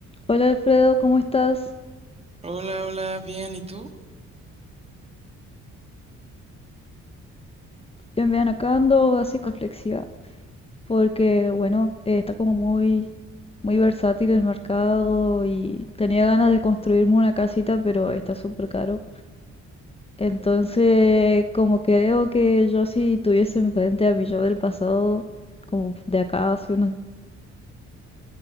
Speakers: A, on the left; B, on the right.
A: Hola Alfredo, ¿cómo estás?
B: Hola, hola, bien, ¿y tú?
A: Yo en verdad acá ando así reflexiva, porque bueno, eh, está como muy, muy versátil el mercado y tenía ganas de construirme una casita, pero está súper caro. Entonces, como que veo que yo si tuviese enfrente a mi yo del pasado, como de acá hace unos